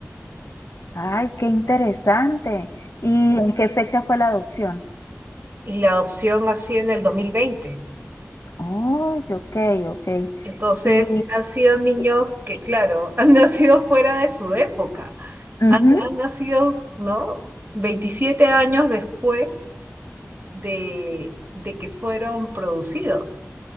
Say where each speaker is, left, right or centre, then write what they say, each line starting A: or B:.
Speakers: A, on the left; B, on the right.
A: Ay, qué interesante. ¿Y en qué fecha fue la adopción?
B: y la adopción así en el dos mil veinte
A: Oh, ok, ok.
B: Entonces,
A: Y,
B: han sido niños
A: y-
B: que, claro, <laughs> han nacido fuera de su época.
A: ujú,
B: Han, han nacido, ¿no? veintisiete años después de, de que fueron producidos.